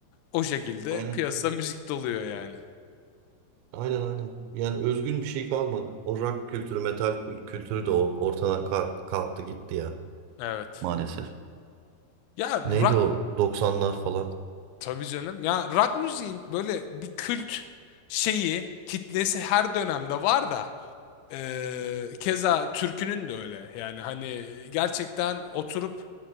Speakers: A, on the left; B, on the right.
A: O şekilde
B: Aynen.
A: piyasa müzik doluyor yani.
B: Aynen aynen. Yani özgün bir şey kalmadı. O rock kültürü, metal kül- kültürü de ol- ortadan kalk- kalktı gitti ya
A: Evet.
B: maalesef.
A: Ya rock
B: Neydi o 90'lar falan?
A: tabii canım. Ya rock müziğin böyle bir kült şeyi, kitlesi her dönemde var da eee, keza türkünün de öyle. Yani hani gerçekten oturup